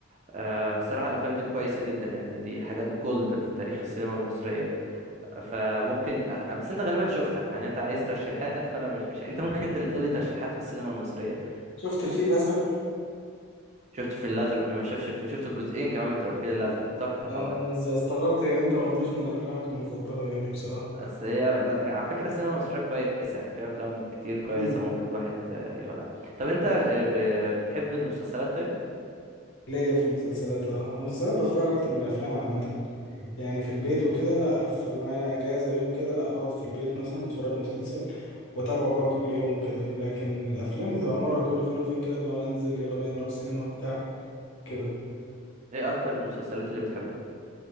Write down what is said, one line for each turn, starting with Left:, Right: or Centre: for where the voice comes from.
Right: آه الصراحة الافلام دي كويسة جدا يعني دي حاجات جولد في تاريخ السينما المصرية فممكن آه آه، بس انت غالبا شفتها يعني انت عايز ترشيحات فانا مش مش انت ممكن انت اللي تقول لي ترشيحات في السينما المصرية
Left: شفت الفيل الازرق
Right: شفت الفيل الازرق مين ما شافش الفيل- شفت الجزئين كمان بتوع الفيل الازرق تحفة
Left: آه،
Right: طبعا
Left: استغربتك ان انت ما قلتوش من افلامك المفضله يعني بصراحه
Right: بس هي لا على فكرة السينما المصرية كويس يعني في أفلام كتير كويسة
Left: مم.
Right: ممكن الواحد آه، يقولها طب أنت آه، ب- بتحب المسلسلات طيب؟
Left: ليا في المسلسلات اه انا المسلسلات بتفرج اكتر من الافلام عامه يعني في البيت وكده لا في معايا اجازه يوم كده لا اقعد في البيت مثلا اتفرج مسلسل واتابعه بقى كل يوم وكده لكن الافلام بتبقى مره كل فين وفين كده اللي هو انزل يلا بينا نروح سينما بتاع كده
Right: إيه أكتر المسلسلات اللي بتحبها؟